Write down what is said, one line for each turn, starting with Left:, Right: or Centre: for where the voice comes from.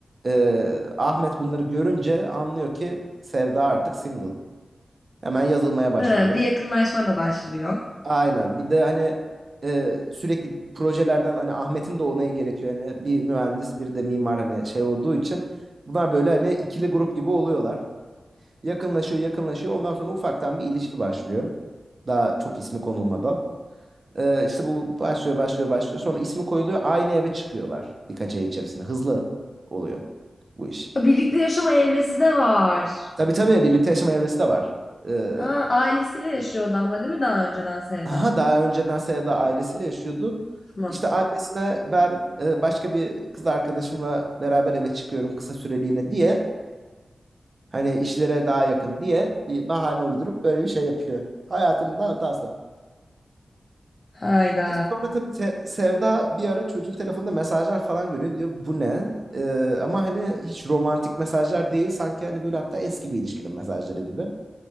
Right: e, Ahmet bunları görünce anlıyor ki Sevda artık single. Hemen yazılmaya başlıyor.
Left: Ha, bir yakınlaşma da başlıyor.
Right: Aynen. Bir de hani e, sürekli projelerden hani Ahmet'in de onayı gerekiyor. Hani bir mühendis, bir de mimar hani şey olduğu için bunlar böyle hani ikili grup gibi oluyorlar. Yakınlaşıyor, yakınlaşıyor. Ondan sonra ufaktan bir ilişki başlıyor. Daha çok ismi konulmadan. Ee, işte bu başlıyor, başlıyor, başlıyor. Sonra ismi koyuluyor. Aynı eve çıkıyorlar birkaç ay içerisinde. Hızlı oluyor bu iş.
Left: Ha, Birlikte yaşama evresi de var.
Right: Tabii tabii birlikte yaşama evresi de var. Ee,
Left: Ha, ailesiyle yaşıyordu ama değil mi daha önceden Sevda?
Right: aha, daha önceden Seda ailesiyle yaşıyordu.
Left: Tamam.
Right: İşte ailesine ben e, başka bir kız arkadaşımla beraber eve çıkıyorum kısa süreliğine diye. Hani işlere daha yakın diye bir bahane uydurup böyle bir şey yapıyor. Hayatının da hatası.
Left: Hayda.
Right: Neyse, Sonra tabii Te- Sevda bir ara çocuğun telefonunda mesajlar falan görüyor. Diyor bu ne? Ee, ama hani hiç romantik mesajlar değil. Sanki hani böyle hatta eski bir ilişkinin mesajları gibi.